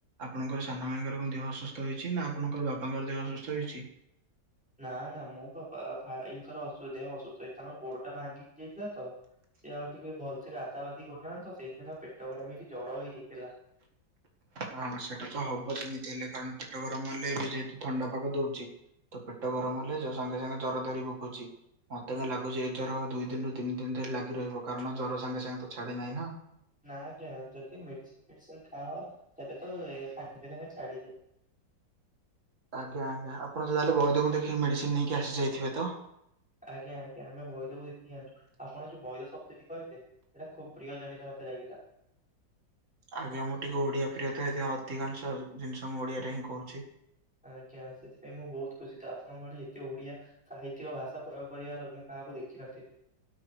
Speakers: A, on the right (about 40°); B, in the centre.
A: ଆପଣଙ୍କର ସାନ ଭାଇଙ୍କର କଣ ଦେହ ଅସୁସ୍ଥ ହେଇଛି। ନା ଆପଣଙ୍କର ବାପାଙ୍କର ଦେହ ଅସୁସ୍ଥ ହେଇଛି।
B: ନା ନା ମୋ ବାପ ଭାଇଙ୍କର ଦେହ ଅସୁସ୍ଥ ତାଙ୍କର ଗୋଡ ଟା ଭାଙ୍ଗି ଯାଇଥିଲା ତ। ସେ ଆଉ ଟିକେ ଭଲସେ ଗାଧା ବାଧି କରୁନାହାନ୍ତି ତ ସେଇଥିପାଇଁ ପେଟ ଗରମ ହେଇକି ଜର ହେଇଯାଇଥିଲା।
A: ହଁ ସେଟା ତ ହବ ଯେମିତି ହେଲେ। କାରଣ ପେଟ ଗରମ ହେଲେ ଏବେ ଯେହେତୁ ଥଣ୍ଡା ପାଗ ଦଉଛି। ତ ପେଟ ଗରମ ହେଲେ ସାଙ୍ଗେ ସାଙ୍ଗେ ଜର ଧରି ପକଉଚି। ମତେ ତ ଲାଗୁଛି ଏ ଜର ଦୁଇ ଦିନରୁୁ ତିନି ଦିନ ଧରି ଲାଗି ରହିବ। କାରଣ ଜର ସାଙ୍ଗେ ସାଙ୍ଗେ ତ ଛାଡେ ନାହିଁ ନା।
B: ନା ଆଜ୍ଞା ଯଦି ମେଡିସିନ ଫେଡିସିନ ଖାଅ। ତେବେ ତ ସାଙ୍ଗେ ସାଙ୍ଗେ ଛାଡିଯାଏ।
A: ଆଜ୍ଞା ଆଜ୍ଞା ଆପଣ ତାହେଲେ ବୈଦଙ୍କୁ ଦେଖେଇ ମେଡିସିନ ନେଇକି ଆସି ଯାଇଥିବେ ତ।
B: ଆଜ୍ଞା ଆଜ୍ଞା ଆମେ ବୈଦକୁ ଦେଖିକି ଆାଣିଛୁ। ଆପଣ ଯୋଉ ବୈଧ ଶବ୍ଦଟି କହିଲେ। ଏଇଟା ଖୁବ ପ୍ରିୟ ଜନିତ ମତେ ଲାଗିଲା।
A: ଆଜ୍ଞା ମୁଁ ଟିକେ ଓଡିଆ ପ୍ରିୟତ। ହେଇଥି ପାଇଁ ଅଧିକାଂଶ ଜିନିଷ ମୁଁ ଓଡିଆରେ ହିଁ କହୁଛି।
B: ଆଜ୍ଞା ସେଥିପାଇଁ ମୁଁ ବହୁତ ଖୁସି ତ। ଆପଣଙ୍କ ଭଳି ଏତେ ଓଡିଆ ସାହିତ୍ୟିକ ଭାଷା ପ୍ରୟୋଗ କରିବାର ମୁଁ କାହାକୁ ଦେଖିନଥିଲି।